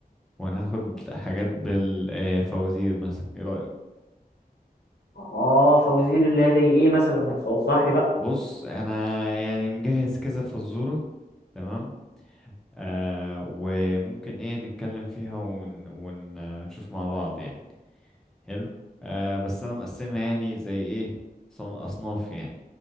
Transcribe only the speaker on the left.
اه فوزير الله زي ايه مثلا ما انت وضح لي بقى